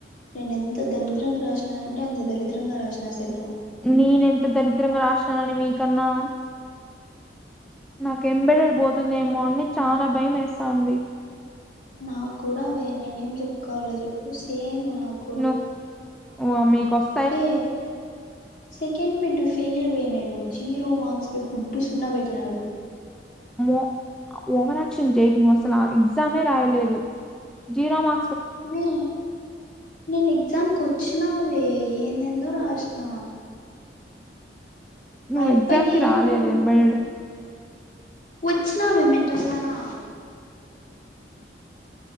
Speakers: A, on the left; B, in the centre.
A: నేను ఎంత దరిద్రంగా రాసినను అంటే అంత దరిద్రంగా రాసిన సెమ్ము.
B: నేనేంత దరిద్రంగా రాసిననేన్ మీకన్నా. నాకు ఎంబడర్ పోతుందేమో అని చానా భయం వేస్తవుంది.
A: నా కూడా నేనేం చెప్పుకోవాల చెప్పు సేమ్ నాకు.
B: ను ఓ మీకోస్.
A: ఏ. సెకండ్ బిడ్డు ఫెయిల్ వే నిను జీరో మార్క్స్ గుడ్డు సున్నా పెట్టినాడు.
B: మొ ఓవారాక్షన్ చేయకు అసలు ఆ ఎగ్జామే రాయలేదు జీరో మా.
A: వీ. నేనేగ్జామ్క్ వచ్చినావే ఏందేందో రాసిన.
B: నువ్వు
A: ఆయప్ప
B: ఎగ్జామ్ కి
A: ఏంద్
B: రాలేదు ఎంబెడెడ్
A: వచ్చినామె మెంటల్ దానా